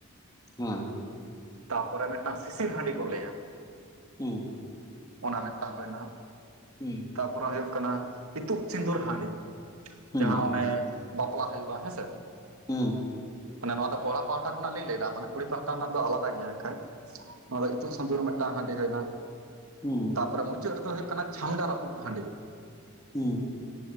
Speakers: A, on the left; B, on the right.
A: ᱦᱮᱸ
B: ᱛᱟᱨᱯᱚᱨᱮ ᱢᱤᱫᱴᱟᱝ ᱥᱤᱥᱤᱨ ᱦᱟᱺᱰᱤ ᱠᱚ ᱞᱟᱹᱭᱟ᱾
A: ᱦᱩᱸ᱾
B: ᱚᱱᱟ ᱢᱤᱫᱴᱟᱝ ᱦᱩᱭᱮᱱᱟ᱾
A: ᱦᱩᱸ᱾
B: ᱛᱟᱨᱯᱚᱨᱮ ᱦᱩᱭᱩᱜ ᱠᱟᱱᱟ ᱤᱛᱩᱫ ᱥᱤᱱᱫᱩᱨ ᱦᱟᱺᱰᱤ
A: ᱦᱩᱸ
B: ᱡᱟᱦᱟ ᱚᱱᱮᱼᱼ ᱵᱟᱯᱞᱟ ᱦᱩᱭᱩᱜ-ᱟ ᱦᱮᱸᱥᱮ᱾
A: ᱦᱩᱸᱻ
B: ᱢᱟᱱᱮ ᱱᱚᱣᱟ ᱫᱚ ᱠᱚᱲᱟ ᱯᱟᱦᱴᱟ ᱠᱷᱚᱱᱟᱜ ᱞᱤᱧ ᱞᱟᱹᱭ ᱮᱫᱟ ᱢᱟᱱᱮ ᱠᱩᱲᱤ ᱯᱟᱦᱴᱟ ᱨᱮᱱᱟᱜ ᱫᱚ ᱟᱞᱟᱫᱟ ᱜᱮᱭᱟ ᱮᱱᱠᱷᱟᱱ ᱾ ᱱᱚᱣᱟ ᱫᱚ ᱤᱛᱩᱜ ᱥᱤᱱᱫᱩᱨ ᱨᱮ ᱢᱤᱫᱴᱟᱝ ᱦᱟᱺᱰᱤ ᱦᱩᱭᱮᱱᱟ᱾
A: ᱦᱩᱸᱻ᱾
B: ᱛᱟᱨᱯᱚᱨᱮ ᱢᱩᱪᱟᱹᱫᱽ ᱨᱮᱫᱚ ᱦᱩᱭᱩᱜ ᱠᱟᱱᱟ ᱪᱷᱟᱢᱰᱟ ᱨᱟᱹᱯᱩᱫ ᱦᱟᱺᱰᱤ᱾
A: ᱦᱩᱸ